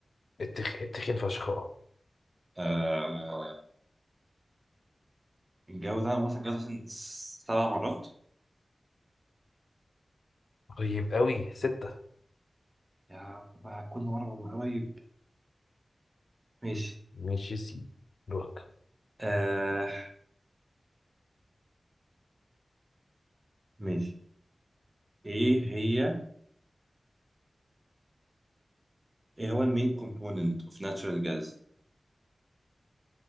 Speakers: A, on the left; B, on the right.
A: التخين التخين فشخ اه.
B: آه الجو ده مثلا جوز مثلا سبع مرات
A: طيب قوي ستة
B: يا بقى كل مره ببقى قريب ماشي
A: ماشي سي دورك
B: آه ماشي ايه هي ايه هو المين كومبوننت اوف ناتشورال جاز